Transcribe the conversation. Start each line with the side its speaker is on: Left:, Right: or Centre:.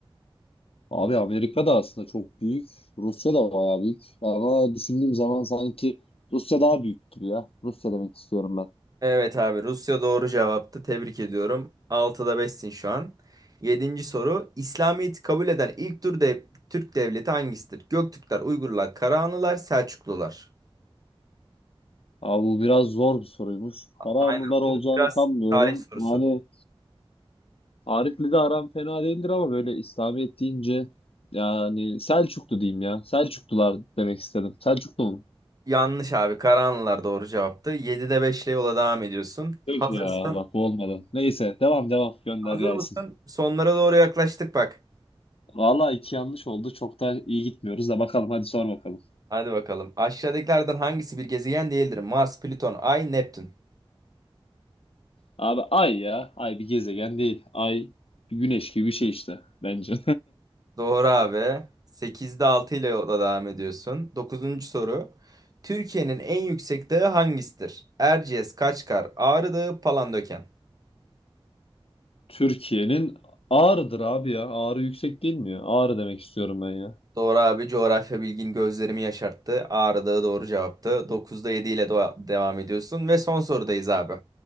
Left: Abi Amerika da aslında çok büyük. Rusya da bayağı büyük. Ama düşündüğüm zaman sanki Rusya daha büyük gibi ya. Rusya demek istiyorum ben.
Right: Evet abi Rusya doğru cevaptı. Tebrik ediyorum. Altıda 5'sin şu an. Yedinci soru. İslamiyet'i kabul eden ilk Türk, dev- Türk devleti hangisidir? Göktürkler, Uygurlar, Karahanlılar, Selçuklular.
Left: Abi bu biraz zor bir soruymuş. Kara
Right: Aynen
Left: anılar olacağını
Right: bu biraz
Left: sanmıyorum.
Right: tarih sorusu.
Left: Yani Arif'le de aram fena değildir ama böyle İslamiyet deyince yani Selçuklu diyeyim ya. Selçuklular demek istedim. Selçuklu mu?
Right: Yanlış abi Karahanlılar doğru cevaptı. 7'de beşle yola devam ediyorsun.
Left: Öf
Right: Hazırsın.
Left: ya bak bu olmadı. Neyse devam devam gönder
Right: Hazır
Left: gelsin.
Right: mısın? Sonlara doğru yaklaştık bak.
Left: Valla iki yanlış oldu. Çok da iyi gitmiyoruz da bakalım hadi sor bakalım.
Right: Hadi bakalım. Aşağıdakilerden hangisi bir gezegen değildir? Mars, Plüton, Ay, Neptün.
Left: Abi ay ya. Ay bir gezegen değil. Ay bir güneş gibi bir şey işte bence.
Right: Doğru abi. Sekizde 6 ile yola devam ediyorsun. Dokuzuncu soru. Türkiye'nin en yüksek dağı hangisidir? Erciyes, Kaçkar, Ağrı Dağı, Palandöken.
Left: <laughs> Türkiye'nin Ağrı'dır abi ya. Ağrı yüksek değil mi ya? Ağrı demek istiyorum ben ya.
Right: Doğru abi. Coğrafya bilgin gözlerimi yaşarttı. Ağrı Dağı doğru cevaptı. Dokuzda 7 ile doğa- devam ediyorsun. Ve son sorudayız abi.